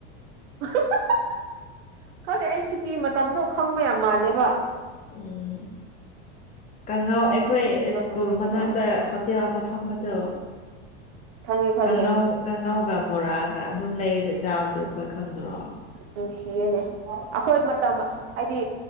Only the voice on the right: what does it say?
ꯑꯍꯥ-ꯍꯥ-ꯍꯥ-ꯍꯥ ꯈꯪꯗꯦ ꯑꯩ ꯁꯤꯀꯤ ꯃꯇꯝꯗꯣ ꯈꯪꯕ ꯌꯥꯝ ꯃꯥꯜꯂꯦꯕ
ꯑꯗꯨ ꯁꯤꯀꯤ ꯃꯇꯝꯗꯒꯤꯔ
ꯈꯪꯉꯦ ꯈꯪꯉꯦ
ꯅꯨꯡꯁꯤꯌꯦꯅꯦ ꯑꯩꯈꯣꯏ ꯃꯇꯝ ꯍꯥꯏꯗꯤ